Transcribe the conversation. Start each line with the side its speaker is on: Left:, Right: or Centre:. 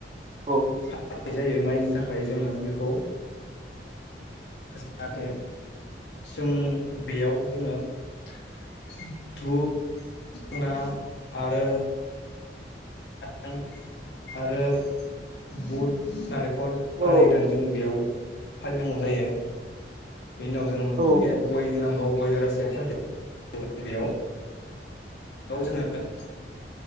Right: औ
Left: मावनाय <unintelligible> जायो माइनि थाखाय जोङो बेखौ जाहाथे जों बेयाव जोङो धुप धुना आरो <unintelligible> आरो बुट नारेंखल
Right: औ
Left: आरि होननानै जों बेयाव फालिनांगौ जायो। बे उनाव जोङो <unintelligible>
Right: औ
Left: गय होनांगौ गय जरासे थ बेयाव औ जोङो